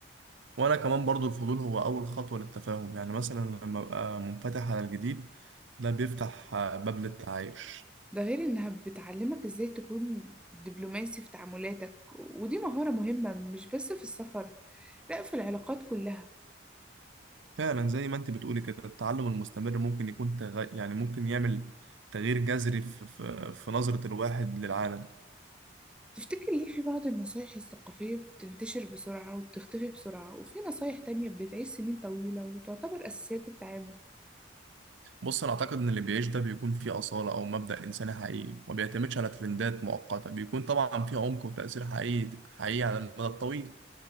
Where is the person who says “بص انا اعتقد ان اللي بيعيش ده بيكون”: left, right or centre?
Right